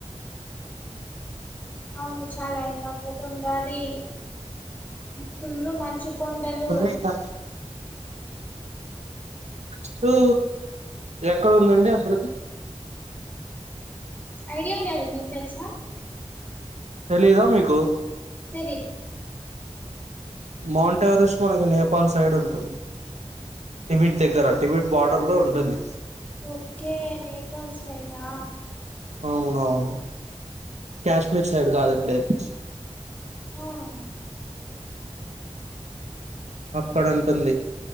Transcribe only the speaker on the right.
లొల్లి అయితాంది చుట్టూ ఎక్కడుదండి అసలీకి
తెలిదా మీకు
మౌంట్ ఎవరెస్ట్ మనకి నేపాల్ సైడ్ ఉంటుంది టిబిట్ దగ్గర టిబిట్ బార్డర్ లో ఉంటుంది
అవునవును కాశ్మీర్ సైడ్ కాదండి అది
అక్కడ ఉంటుంది